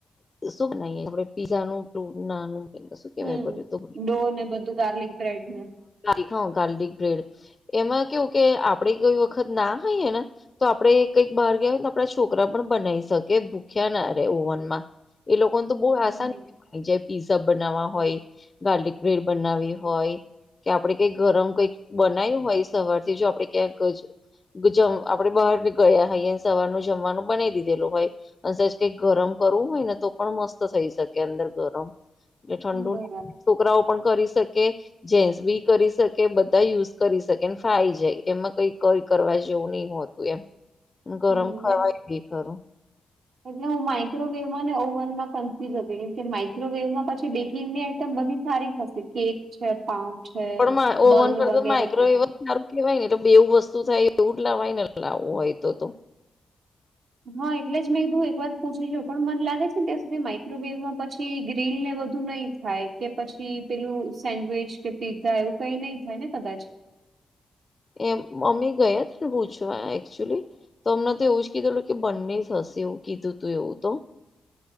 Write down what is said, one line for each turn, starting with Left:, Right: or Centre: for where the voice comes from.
Left: શું બનાઈ આપડે પીઝા નું ટ નાનું શું કેવાય
Right: હમ
Left: બધું તો
Right: ડો ને બધું ગાર્લિક બ્રેડ ને
Left: ્િક હ ગાર્લિક બ્રેડ એમાં કેવું કે આપડે કઈ વખત ના હોઈએ ને તો આપણેે કંઈક બહાર ગયાયને આપણા છોકરા પણ બનાવી શકે ભૂખ્યા ના ર ઓવનમાં એ લોકોને તો બહુ
Right: હમ
Left: આસાની ઈઝબ બનાવવા હોય ગાર્લિક બ્રેડ બનાવી હોય કે આપડણે કઈક ગરમ કઈક બનાવ્યું હોય સવારથી જો આપડે ક્યાંક જમ આપડે બહાર ની ગયા હોઈએને સવારનું જમવાનું બનાવી દીધેલું હોય અને કઈક ગરમ કરવું હોય ને તો પણ મસ્ત થઈ શકે અંદર ગરમ એટલે ઠંડુ
Right: બરાબર
Left: છોકરાઓ પણ કરી શકે જેન્ટસ બી કરી શકે બધા યુઝ કરી શકે થાઈ જાય એમાં કઈ કઈ કરવા જેવું નહ હોતું એમ ગરમ
Right: હમ
Left: ખાવાય
Right: એ-
Left: ગઈ ખરું
Right: એટલે હું માઈક્રોવેવ ને ઓવન માં કન્ફ્યુઝ હતી કે માઈક્રોવેવમાં પછી બેકિંગની આઈટમ બધી સારી થશે કેક છે પાઉ છે
Left: પણ ઓવન
Right: બન
Left: કરતા
Right: વગેરે
Left: માયક્રોવેવ
Right: બધી
Left: સારું કેવાય ને એટલે બેવું વસ્તુ થાય એવું જ લાવવાય ને લાવવું હોય તો
Right: હા એટલે જ મેંધું એક વાર પૂછી છેું પણ મન લાગે છે ને ત્યાં સુધી માઈક્રોવેવમાં પછી ગ્રીલ ને બધું નહી થાય કે પછી પેલું સેન્ડવીચ કે પીઝઝા એવું કઈ નહી થાય ને કદાચ
Left: એમ મમ્મી ગયા હતા ને પૂછવા એકચુલી તો અમને તો એવું જ કીધું હતું કે બંને હશે એવું કીધું તું એવું તો